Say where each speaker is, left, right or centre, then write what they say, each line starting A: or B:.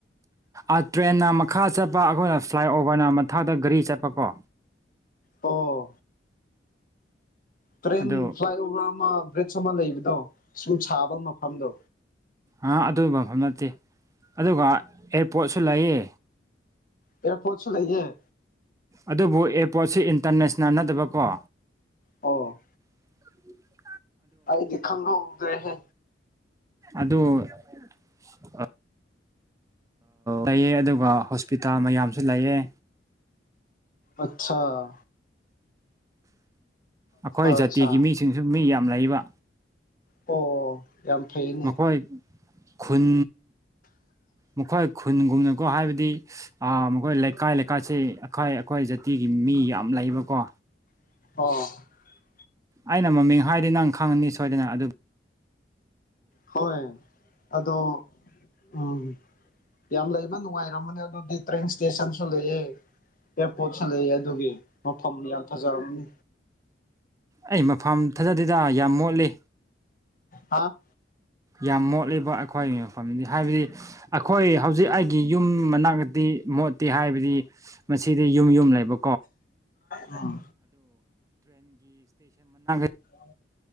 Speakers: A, on the right; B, on the left.
A: ꯑ ꯇ꯭ꯔꯦꯟꯅ ꯃꯈꯥ ꯆꯠꯄ ꯑꯩꯈꯣꯏꯅ ꯐ꯭ꯂꯥꯏꯑꯣꯚꯔꯅ ꯃꯊꯥꯛꯇ ꯒꯥꯔꯤ ꯆꯠꯄꯀꯣ
B: ꯑꯣ ꯇ꯭ꯔꯦꯟ
A: ꯑꯗꯨ
B: ꯐ꯭ꯂꯥꯏꯑꯣꯚꯔ ꯑꯃ ꯕ꯭ꯔꯤꯖ ꯑꯃ ꯂꯩꯕꯗꯣ ꯁꯨ ꯁꯥꯕ ꯃꯐꯝꯗꯣ
A: ꯑ ꯑꯗꯨ ꯃꯐꯝ ꯅꯠꯇꯦ ꯑꯗꯨꯒ ꯑꯦꯌꯥꯔꯄꯣꯠꯁꯨ ꯂꯩꯌꯦ
B: ꯑꯦꯔ ꯄꯣꯠꯁꯨ ꯂꯩꯌꯦꯦ
A: ꯑꯗꯨꯕꯨ ꯑꯦꯔꯄꯣꯔꯠꯁꯤ ꯏꯟꯇꯔꯅꯦꯁꯅꯦꯜ ꯅꯠꯇꯕꯀꯣ
B: ꯑ
A: ꯎꯝ
B: ꯑꯥꯏ ꯈꯪꯒ ꯎꯒꯦ ꯍꯦ
A: ꯑꯗꯨꯗ ꯑ ꯂꯩꯑꯦ ꯑꯗꯨꯒ ꯍꯣꯁꯄꯤꯇꯥꯜ ꯃꯌꯥꯝꯁꯨ ꯂꯩꯑꯦ
B: ꯑꯆꯥꯥ
A: ꯑꯩꯈꯣꯏ ꯖꯥꯇꯤꯒꯤ
B: ꯑꯠꯆꯥ
A: ꯃꯤꯁꯤꯡꯁꯨ ꯃꯤ ꯌꯥꯝ ꯂꯩꯕ
B: ꯑꯣ ꯌꯥꯝ ꯐꯩꯅ
A: ꯃꯈꯣꯏ ꯈꯨꯟ ꯃꯈꯈꯣꯏ ꯈꯨꯟꯒꯨꯝꯅꯀꯣ ꯍꯥꯏꯕꯗꯤ ꯃꯈꯣꯏ ꯂꯩꯀꯥꯏ ꯂꯩꯀꯥꯏꯁꯤ ꯑꯩꯈꯥꯏ ꯑꯩꯈꯣꯏ ꯖꯥꯇꯤꯒꯤ ꯃꯤ ꯌꯥꯝ ꯂꯩ ꯏꯕꯀꯣ
B: ꯑ
A: ꯑꯩꯅ ꯃꯃꯤꯡ ꯍꯥꯏꯗꯤ ꯅꯪ ꯈꯪꯉꯅꯤ ꯁꯣꯏꯗꯅ ꯑꯗꯨ
B: ꯍꯣꯏ ꯑꯗꯣ ꯎꯝ ꯌꯥꯝ ꯂꯩ ꯌꯥꯝ ꯅꯨꯡꯉꯥꯏꯔꯝꯃꯅꯦ ꯑꯗꯨꯗꯤ ꯇ꯭ꯔꯦꯟ ꯏꯁꯇꯦꯁꯟꯁꯨ ꯂꯩꯑ ꯑꯦꯌꯥꯔꯄꯣꯠꯁ ꯂꯩꯛꯑꯦ ꯑꯗꯨꯒꯤ ꯃꯐꯝ ꯌꯥꯝ ꯐꯖꯔꯕꯅꯤ
A: ꯑꯩ ꯃꯐꯝ ꯊꯥꯖꯗꯗ ꯌꯥꯝ ꯃꯣꯠꯂꯤ
B: ꯑ
A: ꯌꯥꯝ ꯃꯣꯠꯂꯤꯕ ꯑꯩꯈꯣꯏꯒꯤ ꯃꯐꯝꯅꯤ ꯍꯥꯏꯕꯗꯤ ꯑꯩꯈꯣꯏ ꯍꯧꯖꯤꯛ ꯑꯩꯒꯤ ꯌꯨꯝ ꯃꯅꯥꯛꯇꯛꯇꯤ ꯃꯣꯠꯇꯦ ꯍꯥꯏꯕꯗꯤ ꯃꯁꯤꯗ ꯌꯨꯝ ꯌꯨꯝ ꯂꯩꯕ
B: ꯎꯝ
A: <inaudible>
B: ꯍ